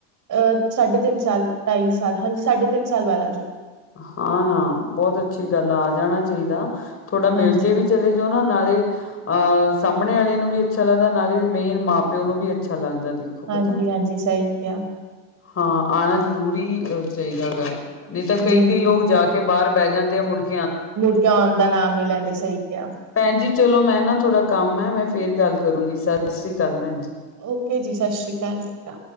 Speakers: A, on the right (about 40°); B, on the left (about 25°).
A: ਅਹ ਸਾਢੇ ਤਿੰਨ ਸਾਲ, ਢਾਈ ਸਾਲ, ਹਾਂਜੀ, ਸਾਢੇ ਤਿੰਨ ਸਾਲ ਬਾਅਦ ਆ ਜੂ
B: ਹਾਂ, ਨਾ, ਬਹੁਤ ਅੱਛੀ ਗੱਲ ਆ, ਆ ਜਾਣਾ ਚਾਹੀਦਾ। ਥੋੜਾ ਮਿਲ
A: ਹਾਂਜੀ।
B: ਕੇ ਵੀ ਚਲੇ ਜਾਓ ਨਾ ਨਾਲੇ ਅਹ ਸਾਹਮਣੇ ਵਾਲੇ ਨੂੰ ਵੀ ਅੱਛਾ ਲੱਗਦਾ ਨਾਲੇ ਮੇਨ ਮਾਂ-ਪਿਓ ਨੂੰ ਵੀ ਅੱਛਾ ਲੱਗਦਾ। ਦੇਖੋ
A: ਹਾਂਜੀ,
B: ਪਤਾ
A: ਹਾਂਜੀ, ਸਹੀ ਕਿਹਾ।
B: ਹਾਂ, ਆਣਾ ਜ਼ਰੂਰੀ ਚਾਹੀਦਾ ਹੈ ਗਾ। ਕਈ-ਕਈ
A: ਜੀ-ਜੀ
B: ਲੋਕ ਜਾ ਕੇ ਬਾਰ ਪੈ ਜਾਂਦੇ ਆ, ਮੁੜਦੇ
A: ਮੁੜ ਕੇ ਆਉਣ ਦਾ ਨਾਮ ਨੀ ਲੈਂਦੇ ਸਹੀ ਕਿਹਾ।
B: ਭੈਣ ਜੀ ਚਲੋ, ਮੈਂ ਨਾ ਥੋੜਾ ਕੰਮ ਏ, ਮੈਂ ਫੇਰ ਗੱਲ ਕਰੂੰਗੀ, ਸਤਿ ਸ੍ਰੀ ਅਕਾਲ ਭੈਣ ਜੀ।
A: ਓਕੇ ਜੀ। ਸਤਿ ਸ੍ਰੀ ਅਕਾਲ, ਠੀਕ ਆ।